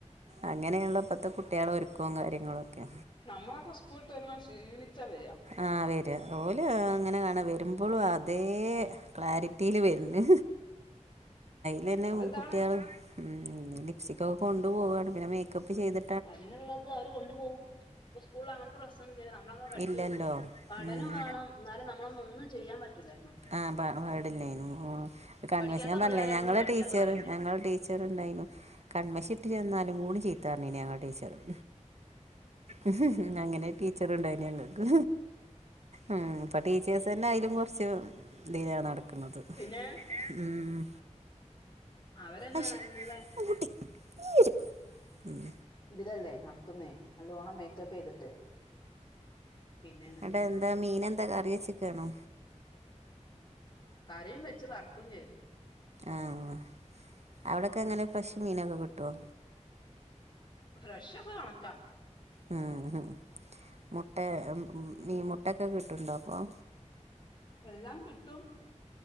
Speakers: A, on the right; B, on the left.
A: അങ്ങനെയാണല്ലോ ഇപ്പത്തെ കുട്ടിയേളെ ഒരുക്കോം കാര്യങ്ങളൊക്കെ.
B: നമ്മളൊക്കെ ഉസ്കൂള്ട്ട് വരുമ്പോ ക്ഷീണിച്ചാ വേരാ
A: ആഹ് വെരാ. ഓല് അങ്ങനെ കാണാ വരുമ്പോളും അതേ ക്ലാരിറ്റിയില് വര്ന്ന് ലെന്നെ
B: അതിതാണ്
A: കുട്ടിയെള്. മം ലിപ്റ്റിക് ഒക്കെ കൊണ്ടു പോവാണ് പിന്നെ മേക്കപ്പ് ചെയ്തി
B: അതിന്ള്ളത് അവര് കൊണ്ടു പോവും. ഇപ്പ സ്കൂളിൽ അങ്ങനത്തെ പ്രശ്നോന്നുല്ലല്ലോ നമ്മളൊക്കെ പഠിക്ണന്ന്
A: ഇല്ലല്ലോ
B: പഠനം
A: ഉം
B: വേണം ന്നാലും നമ്മളൊന്നുംഒന്നും ചെയ്യാൻ പറ്റൂല്ല
A: ആ പാ പാട്ല്ലെനി. ഓ കൺമഷ
B: പഠിക്കാത്ത
A: ഞാൻ പറഞ്ഞില്ലേ
B: പിള്ളേരെന്നും
A: ഞങ്ങള
B: പഠിക്കാത്തവരന്നെ
A: ടീച്ചറ് ഞങ്ങള് ടീ ട്ടറ് ണ്ടായിനു കണ്മശിട്ട് ചെന്നാലും മൂണ് ചീത്താറിനി ഞങ്ങ ടീച്ചറും ഉ അങ്ങനെ ടീച്ചർണ്ടായിന ഞങ്ങക്ക് ഉം ഇപ്പൊ ടീച്ചേഴ്സ് തന്നെ അയലും കുറച്ച് തില നടക്കുന്നത്
B: പിന്നെ
A: ഉം
B: അവരന്നെ
A: അശ്
B: നല്ല
A: ഊട്ടി ര് ഉം
B: ഇതിലല്ലേ നടക്കുന്നേ നല്ലോണം മേക്കപ്പ് ചെയ്തിട്ട് പിന്നെ അങ്ങനെ
A: ഇവിടെ എന്താ മീന എന്താ കറി വെച്ചക്കാണോ
B: കറിയും വെച്ച് വറുക്കും ചെയ്ത
A: ആഹ അവിടൊക്കെ എങ്ങനെ ഫ്രഷ് മീനൊക്കെ കിട്ടുവോ
B: ഫ്രഷ് ഇപ്പ കണക്കാ
A: മ് മ് മുട്ടെ മ് മ് മീ മുട്ടക്കെ കിട്ടുണ്ടോ അപ്പമ്
B: എല്ലാം കിട്ടും